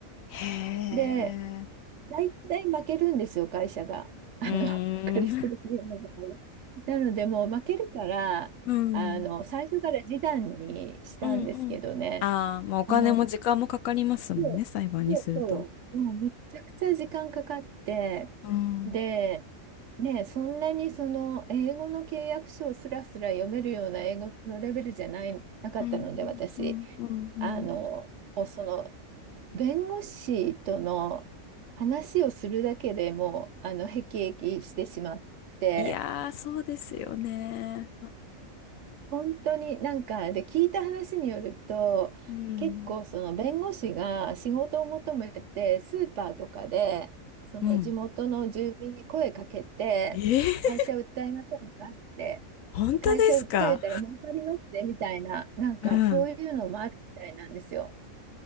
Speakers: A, on the left; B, on the right.
A: へえ。
B: で、大体負けるんですよ、会社が。あの、
A: うーん。
B: カリフォルニアの場合。なので、もう負けるから、
A: うん。
B: あの、最初から示談にしたんですけどね。
A: うんうん。ああ、まあお金も時間もかかりますもんね、
B: そのそう、
A: 裁判にすると。
B: そうそう。もうめちゃくちゃ時間かかって、
A: うん。
B: で、ね、そんなにその英語の契約書をすらすら読めるような英語のレベルじゃない、なかったので、
A: うんうんうんうんうん。
B: 私、あの、もうその弁護士との話をするだけでもう、あの、へきしてしまって、
A: いやー、そうですよね。
B: 本当になんかで聞いた話によると結構その弁護士が仕事を求めてスーパーとかでその地元の住民に声かけて会社訴えませんかってで会社訴えたら儲かりますねみたいななんかそういうのもあるみたいなんですよ。
A: うん。うん。ええ <laughs> 本当ですかうん。